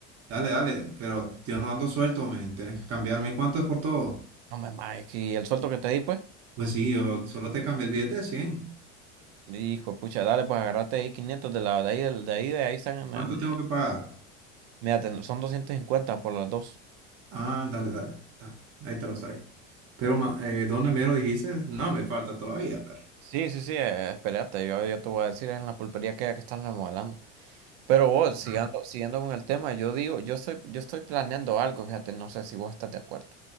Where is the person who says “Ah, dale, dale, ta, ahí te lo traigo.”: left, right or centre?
Right